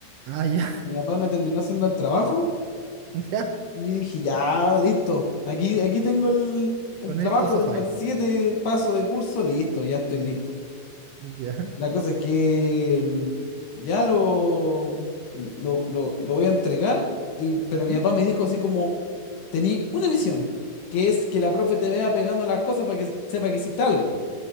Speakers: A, on the right (about 75°); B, on the left (about 65°).
A: Ah, ya,
B: Mi papá me terminó haciendo el trabajo
A: <laughs> ya.
B: y dije, ya, listo. Aquí, aquí tengo el, el
A: Con
B: trabajo,
A: esto sofá.
B: tengo el siete paso de curso, listo, ya estoy listo.
A: ¿Ya?
B: La cosa es que mm, ya lo, lo, lo- lo voy a entregar, y, pero
A: ¿Mm?
B: mi papá me dijo así como, tení una misión, que es que la profe te vea pegando las cosas para que sepa que hiciste algo,